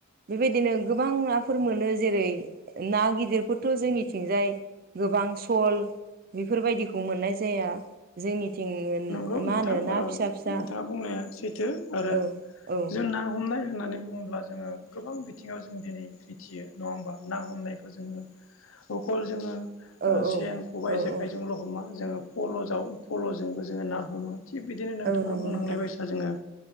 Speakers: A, on the right (about 45°); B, on the left (about 85°).
A: बेबायदिनो गोबां नाफोर मोनो जेरै ना गिदिरफोरथ' जोंनिथिंजाय गोबां सल बेफोरबायदिखौ मोननाय जाया जोंनिथिं
B: गौ
A: मा
B: नोंथां
A: होनो ना फिसा फिसा
B: नोंथाङा बुंनाया सैथो आरो
A: औ औ
B: जों ना हमनाय होननानै बुङो ब्ला जोङो गोबां बिथिङाव जों दिनै मिथियो नङा होमबा ना हमनायखौ जोङो अखल जोङो ओ
A: औ
B: सेन
A: औ
B: खबाइ
A: औ
B: जेखायजोंल
A: औ
B: हमा जोंङो फलजाव फलजोंबो जोंङो ना हमो। थिग बिदिनो नोंथाङा
A: औ नंगौ
B: बुंनांनाय
A: नोंथां
B: बायसा जोङो